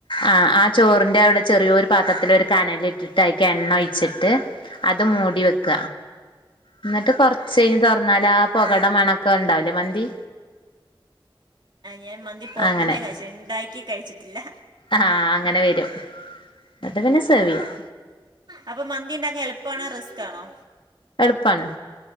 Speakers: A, on the left; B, on the right.
A: ആ, ആ ചോറിന്റെ അവിടെ ചെറിയൊരു പാത്രത്തില് ഒരു. കനലിട്ടിട്ട് അയ്ക്ക്‌ എണ്ണ ഒഴിച്ചിട്ട് അത് മൂടി വെക്ക. എന്നിട്ട് കൊറച്ച് കയ്ഞ്ഞ് തുറന്നാല് ആ പൊകടെ മണക്കണ്ടാവില്ലെ മന്തി.
B: ഞാൻ മന്തി പുറത്തുന്നേ
A: അങ്ങനെ
B: കഴിച്ച ഇണ്ടാക്കി കഴിച്ചിട്ടില്ല.
A: ആഹ് അങ്ങനെ വരും. എന്നിട്ട് പിന്നെ സെർവെയ്യാം.
B: അപ്പൊ മന്തി ഉണ്ടാക്കാൻ എള്പ്പാണോ? റിസ്ക് ആണോ?
A: എളുപ്പാണ്.